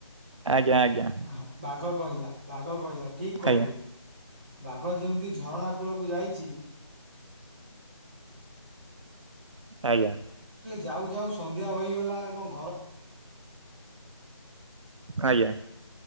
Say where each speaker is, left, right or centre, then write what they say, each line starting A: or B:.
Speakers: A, on the right (about 80°); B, on the right (about 20°).
A: ଆଜ୍ଞା ଆଜ୍ଞା।
B: ଆହା, ବାଘ କହିଲା ବାଘ କହିଲା ଠିକ କହିଲୁ
A: ହୁଁ
B: ବାଘ ଯେମତି ଝରଣା କୁଳ କୁ ଯାଇଛି
A: ଆଜ୍ଞା
B: ଯାଉ ଯାଉ ସନ୍ଧ୍ୟା ହୋଇଗଲା ଏବଂ
A: ଆଜ୍ଞା।